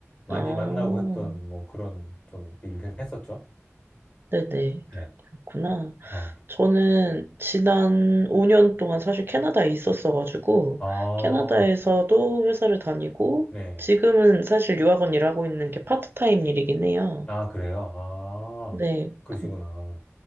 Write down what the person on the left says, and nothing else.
많이
만나고 했던 뭐 그런 좀 일을 했었죠.
네.
어.
아,
네.
아, 그래요? 아,
그러시구나.